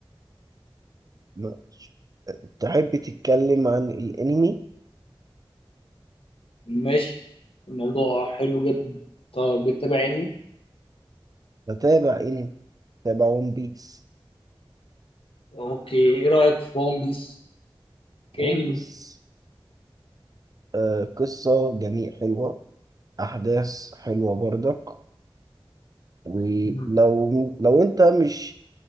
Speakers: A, on the right; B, on the left.
A: يعني تحب تتكلم عن الانمي
B: ماشي الموضوع حلو جدا طب بتتابع انمي
A: بتابع انمي بتابع ون بيس
B: اوكي ايه رايك في ون بيس كانمي
A: ون بيس آه قصة جميل حلوة احداث حلوة برضك ولو
B: مم.
A: لو انت مش